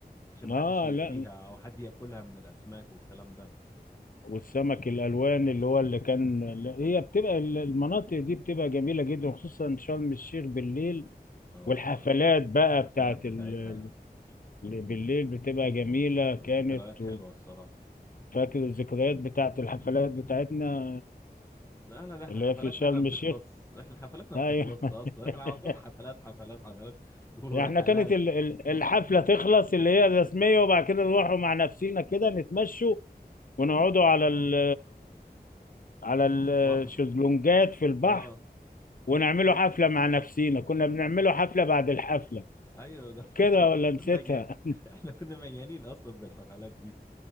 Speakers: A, on the left (about 15°); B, on the left (about 55°).
A: عشان ما
B: اه
A: حدش يأذيها
B: لا
A: او حد ياكلها من الاسماك والكلام ده
B: والسمك الالوان اللي هو اللي كان لا، هي بتبقى ال- المناطق دي بتبقى جميله جدا خصوصا شرم الشيخ بالليل
A: اه
B: والحفلات بقى
A: الحفلات
B: بتاعت
A: بتاعتها
B: ال-
A: امم
B: اللي بالليل بتبقى جميله كانت
A: الذكريات
B: و-
A: حلوه الصراحه
B: فاكر الذكريات بتاعت الحفلات بتاعتنا
A: لا لا ده احنا
B: اللي
A: حفلاتنا
B: هي في شرم
A: احنا ما بتخلص
B: الشيخ
A: احنا حفلاتنا
B: ايوه
A: ما بتخلص اصلا
B: <laughs>
A: احنا على طول حفلات حفلات حفلات ورحلات
B: يعني احنا كانت ال- ال- الحفلة تخلص اللي هي الرسمية وبعد كده نروحوا مع نفسينا كده نتمشوا ونقعدوا على ال على الشезلونجات
A: بحر
B: في البحر
A: اه
B: ونعملوا حفلة مع نفسينا كنا بنعملوا حفلة بعد الحفلة
A: ايوه ده <laughs>
B: كده ولا نسيتها
A: مجان <laughs> احنا كنا مجانين اصلا بالحفلات دي